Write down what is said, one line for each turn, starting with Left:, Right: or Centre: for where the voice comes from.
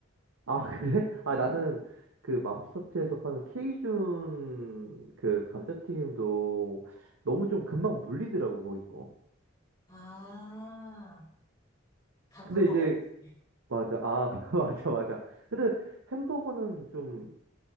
Right: 아, <laughs> 그래? 아, 나는 그 맘스터치에서 파는 케이준 그 감자튀김도 너무 좀 금방 물리더라고, 거기 거.
Left: 아, 가끔
Right: 근데
Left: 먹어야지.
Right: 이제 맞아. 아, <laughs> 맞아, 맞아. 근데 햄버거는 좀,